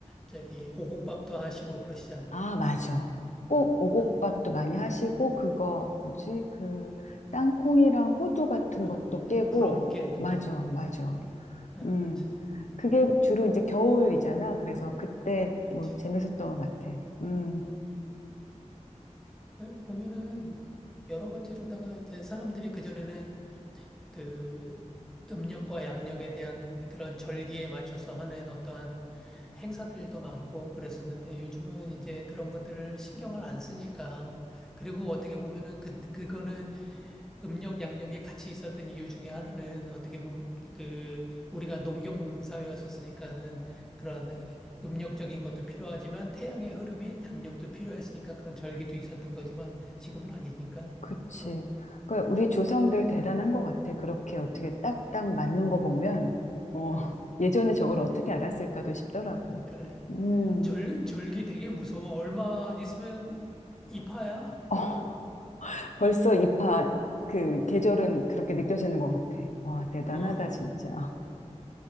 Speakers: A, in the centre; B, on the left (about 70°).
A: 저기, 오곡밥도 하시고 그러시잖아.
B: 아, 맞아. 꼭 오곡밥도
A: 어,
B: 많이 하시고, 그거, 뭐지? 그, 땅콩이랑 호두 같은
A: 어.
B: 것도 깨고,
A: 부럼 깨는
B: 맞아,
A: 거.
B: 맞아.
A: 어,
B: 음.
A: 맞아.
B: 그게 주로 이제 겨울이잖아. 그래서 그때
A: 그렇지.
B: 뭐 재밌었던 것 같아. 음,
A: 예, 보면은 여러 가지로다가 이제 사람들이 그전에는 그 음력과 양력에 대한 그런 절기에 맞춰서 하는 어떠한 행사들도 많고 그랬었는데 요즘은 이제 그런 것들을 신경을 안 쓰니까 그리고 어떻게 보면은 그, 그거는 음력 양력이 같이 있었던 이유 중에 하나는 어떻게 보면 그 우리가 농경 사회였었으니까는 그런 음력적인 것도 필요하지만 태양의 흐름인 양력도 필요했으니까 그런 절기도 있었던 거지만 지금은 아니니까
B: 그치.
A: 또
B: 그러니까 우리 조상들 대단한 것 같아. 그렇게 어떻게 딱딱 맞는 거 보면, 어,
A: 음,
B: <laughs> 예전에 저걸 어떻게 알았을까도 싶더라고.
A: 그래.
B: 음.
A: 절 절기 되게 무서워. 얼마 안 있으면 이파야.
B: 어, 벌써 입하 그 계절은 그렇게 느껴지는 것 같아. 와, 대단하다,
A: 어,
B: 진짜.